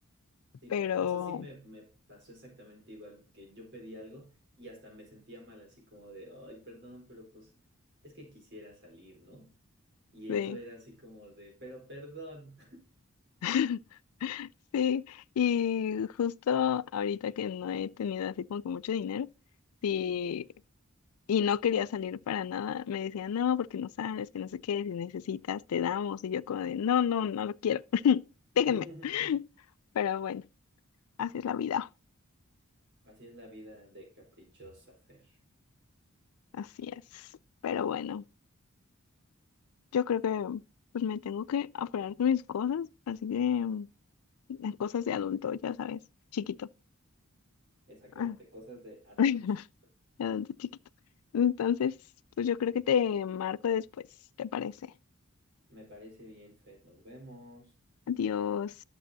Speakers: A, on the right; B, on the left.
A: Sí,
B: Pero,
A: claro, eso sí me, me pasó exactamente igual, que yo pedí algo y hasta me sentía mal, así como de, ay, perdón, pero pues es que quisiera salir, ¿no? Y
B: sí.
A: eso era así como de, pero perdón.
B: <laughs> Sí, y justo ahorita que no he tenido así como que mucho dinero, sí, y no quería salir para nada, me decían, no, porque no sabes, que no sé qué, si necesitas, te damos, y yo como de, no, no, no lo quiero, <laughs> déjenme.
A: <laughs>
B: <laughs> Pero bueno, así es la vida,
A: Así es la vida de caprichosa, Fer.
B: así es. Pero bueno, yo creo que pues me tengo que apurar con mis cosas, así que mm, las cosas de adulto, ya sabes, chiquito.
A: Exactamente,
B: Ah.
A: cosas de adulto
B: <laughs>
A: chiquito.
B: adulto chiquito. Entonces, pues yo creo que te marco después, ¿te parece?
A: Me parece bien, Fer. Nos vemos.
B: Adiós.